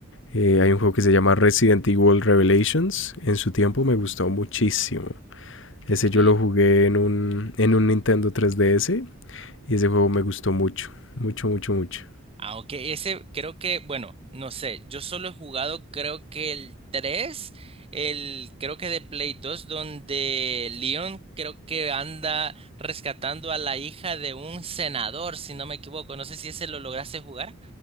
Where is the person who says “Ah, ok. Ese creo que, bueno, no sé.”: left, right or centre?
Right